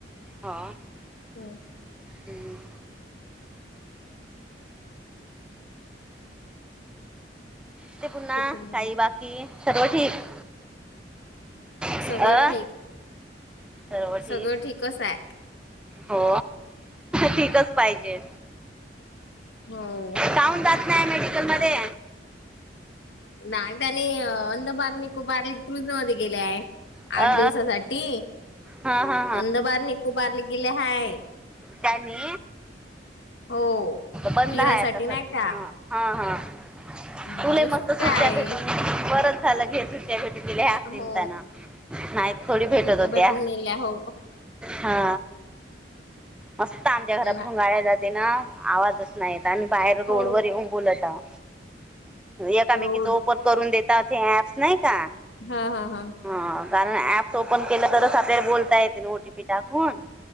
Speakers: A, in the centre; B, on the left (about 80°).
A: हा
B: होम <unintelligible>
A: हम्म ते पुन्हा
B: किती मिनिट
A: काई बाकी सर्व ठीक. अ
B: सगळं ठीक.
A: सर्व
B: सगळं
A: ठीक,
B: ठीकच आहे
A: हो ठीकच पाहिजे.
B: हो
A: काऊन जात ना मेडिकल मध्ये.
B: नाही त्यानी आंदबार निकुबार क्रुझ मध्ये गेले आहे.
A: अ
B: आठ दिवसासाठी
A: हा हा
B: अंधबार निकोबारले गेले हाय.
A: त्यांनी.
B: हो.
A: बंद
B: फिरासाठी
A: आहे आता सगळं.
B: नाही का
A: हा हा
B: म्हणून
A: तुले मस्त सुट्ट्या
B: आहे
A: भेटत बरं झालं घे सुट्ट्या त्यानी दिल्या त्या
B: हो
A: निमतान नाही थोडी भेटत
B: सुट्ट्या
A: होत्या.
B: भेटून गेल्या हो
A: हा मस्त आमच्या घरापासून
B: ना-
A: गाड्या जाते ना आवाजच नाहीत आम्ही बाहेर रोडवर
B: हो
A: येऊ बोलत हा एकामेकीच
B: रोड
A: ओपन करून दता हे ऍप्स नाही का.
B: हा हा हा
A: हा कारण ऍप ओपन केलं तरच आपल्या बोलता येते ना ओ टीपी टाकून.